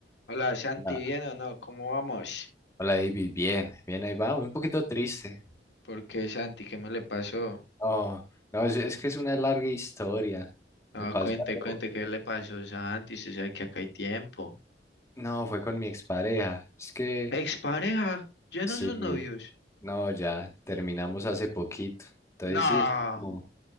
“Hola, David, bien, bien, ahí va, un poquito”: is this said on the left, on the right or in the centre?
Left